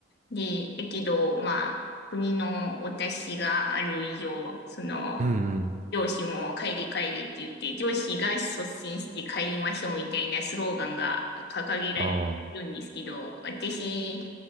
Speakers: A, on the left; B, on the right.
A: で、だけど、まあ、国のお達しがある以上、その、
B: うんうん。
A: 上司も帰れ帰れって言って、上司が率先して帰りましょうみたいなスローガンが掲げられてるんですけど、
B: ああ、う
A: 私、